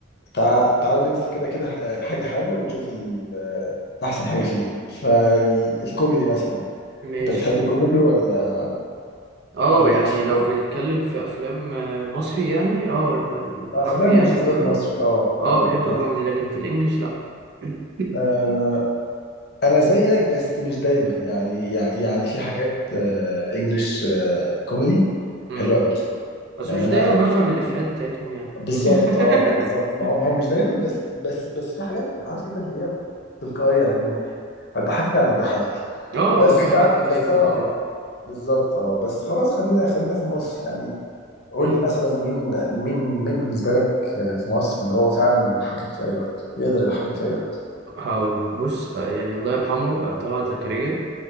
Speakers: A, on the left; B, on the right.
A: تع... تعالى نمسك كده كده آه، حاجه حاجه ونشوف ال... احسن حاجه فيها فالكوميدي مثلا
B: ماشي
A: انت بتحب الكوميدي ولا
B: اه
A: ولا مالكش
B: يعني
A: فيه
B: لو
A: أوي؟
B: بنتكلم في افلام آه، مصري يعني اه الم- العربي
A: افلام
B: يعني
A: ومسلسلات
B: وكده
A: مصري اه
B: اه
A: اه
B: بحب
A: بس
B: كوميدي لكن في الانجليش لا <coughs> <clears throat>
A: آه انا زيك بس مش دايما يعني يع- يعني في حاجات آه انجلش آه كوميدي
B: امم
A: حلوه قوي
B: بس
A: يعني
B: مش
A: انا
B: دايما
A: عارف-
B: بفهم الافيهات بتاعتهم يعني
A: بالظبط
B: <laughs>
A: اه بالظبط ما هو ما هو مش دايما بس بس بس في حاجات عارف كده اللي هي تلقائيه يعني هتضحكك يعني هتضحكك
B: اه
A: بس
B: اه الحاجات
A: فعلا
B: اللي
A: بس
B: هي بتبقى
A: اه
B: كده
A: بالظبط اه بس خلاص خلينا خلينا في مصر يعني قول
B: مم.
A: لي مثلا مين مين مين بالنسبه لك آه، في مصر اللي هو فعلا بيضحكك في اي وقت يقدر يضحكك في اي وقت
B: هقول بص آه، يعني الله يرحمه آه، طلعت زكريا